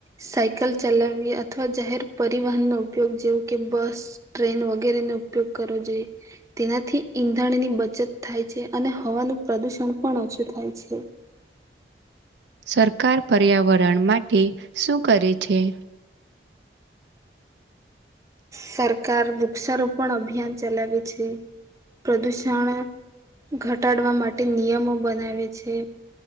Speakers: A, on the right; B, on the right.
A: સાયકલ ચલાવવી અથવા જાહેર પરિવહનનો ઉપયોગ જેવું કે બસ ટ્રેન વગેરે નો ઉપયોગ કરવો જોઈએ. તેનાથી ઈંધણની બચત થાય છે, અને હવાનું પ્રદુષણ પણ ઓછું થાય છે.
B: સરકાર પર્યાવરણ માટે શું કરે છે?
A: સરકાર વૃક્ષારોપણ અભિયાન ચલાવે છે. પ્રદૂષણ ઘટાડવા માટે નિયમો બનાવે છે.